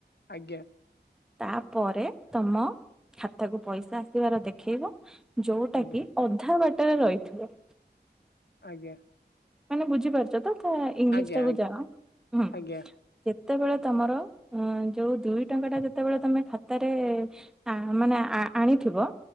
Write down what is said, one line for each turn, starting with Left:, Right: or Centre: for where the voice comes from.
Left: ଆଜ୍ଞା।
Centre: ତାପରେ ତମ ଖାତାକୁ ପଇସା ଆସିବାର ଦେଖେଇବ ଯଉଟା
Left: ଆଜ୍ଞା
Centre: କିି ଅଧା ବାଟରେ ରହିିଥିବ।
Left: ଆଜ୍ଞା।
Centre: ମାନେ ବୁଝିପାରୁଛ ତ ତା ଇଂଲିଶଟାକୁ
Left: ଆଜ୍ଞା
Centre: ଯାଣହୁଁ।
Left: ଆଜ୍ଞା
Centre: ଯେତେବେଳେ ତମର ଅଁ ଯୋଉ ଦୁଇ ଟଙ୍କାଟା ଯେତେବେଳେ ତମେ ଖାତାରେ ଆ ମାନେ ଆଣିଥିବ